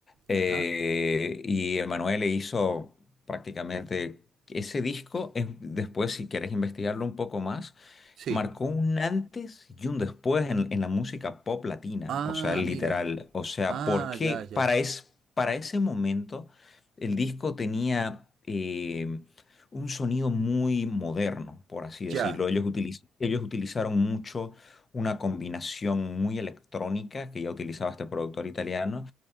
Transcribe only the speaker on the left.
Eh,
y Emanuele hizo prácticamente ese disco, es- después si quieres investigarlo un poco más,
marcó un antes y un después en, en la música pop latina,
o sea, literal.
O sea,
porque
para, es, para ese momento el disco tenía eh, un sonido muy moderno, por así decirlo.
Ellos, utiliz- ellos utilizaron mucho una combinación muy electrónica que ya utilizaba este productor italiano